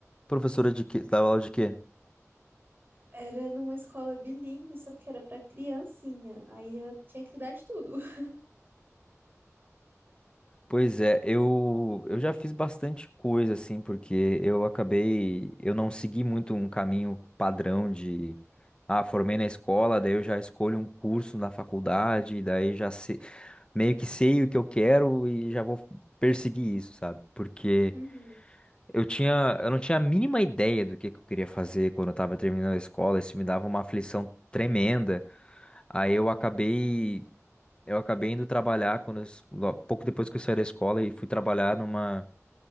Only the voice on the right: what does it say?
Era numa escola bilíngue, só que era pra criancinha. Aí eu tinha que dar de tudo. <laughs>
Uhum.